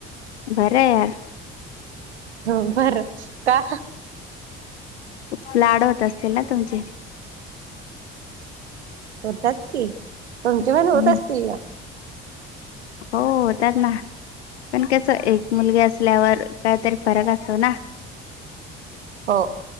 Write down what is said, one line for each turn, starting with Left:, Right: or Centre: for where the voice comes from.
Left: बरं यारं
Right: हा बर का.
Left: खूप लाडवत असतील ना तुमचे
Right: होतात कि तुमचे पण
Left: हम्म
Right: होत असतील ना
Left: हो त्यात ना पण कस एक मुलगी असल्यावर काहीतरी फरक असतो ना
Right: हो